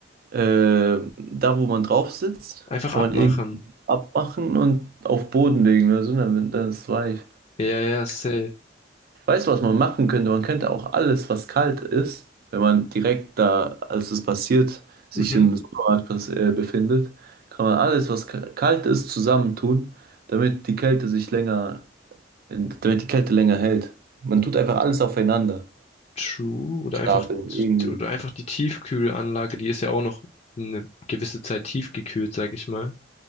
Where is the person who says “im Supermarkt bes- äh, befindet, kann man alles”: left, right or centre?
Right